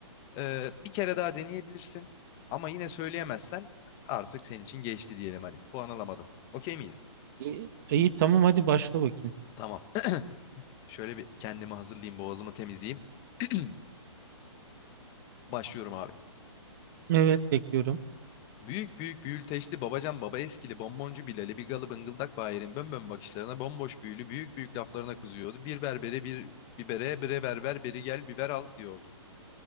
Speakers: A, on the left; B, on the right.
A: E, bir kere daha deneyebilirsin ama yine söyleyemezsen artık senin için geçti diyelim hani puan alamadın. Okey miyiz?
B: İyi, iyi, tamam hadi başla bakayım.
A: Tamam. <clears throat> Şöyle bir kendimi hazırlayayım boğazımı temizleyeyim. <clears throat> Başlıyorum abi.
B: Evet bekliyorum.
A: Büyük büyük büyülteçli babacan baba eskili bonboncu Bilal'i bir galı bıngıldak Bahir'in bönbön bakışlarına bomboş büyülü büyük büyük laflarına kızıyordu. Bir berbere bir bibere bire berber beri gel biber al diyordu.